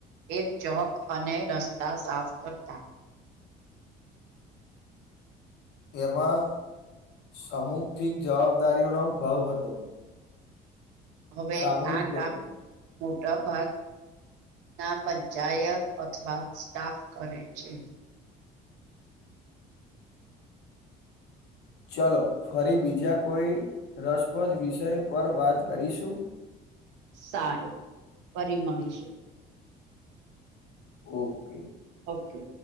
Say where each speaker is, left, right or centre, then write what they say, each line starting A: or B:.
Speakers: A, on the right; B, on the left.
A: એક ચોક અને રસ્તા સાફ કરતા
B: એમાં સમુખથી જવાબદારીઓનો ભાવ હતો
A: હવે
B: સામૂહિક
A: આ
B: જ
A: કામ મોટા ભાગ ના પંચાયત અથવા સ્ટાફ કરે છે
B: ચલો ફરી બીજા કોઈ રસપ્રદ વિષય પર વાત કરીશું
A: સારું ફરી મળીશું
B: ઓકે
A: ઓકે